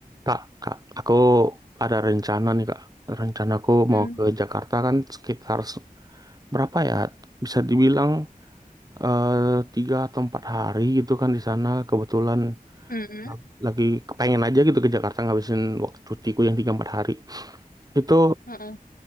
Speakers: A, on the right; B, on the left.
A: Kak, kak, aku ada rencana nih kak. Rencanaku
B: Hmm.
A: mau ke Jakarta kan sekitar se- berapa ya? Bisa dibilang eh, tiga atau empat hari gitu kan di sana. Kebetulan
B: Hmm.
A: la- lagi kepengen aja gitu ke Jakarta ngabisin waktu cutiku yang tiga empat hari. Itu
B: Heeh.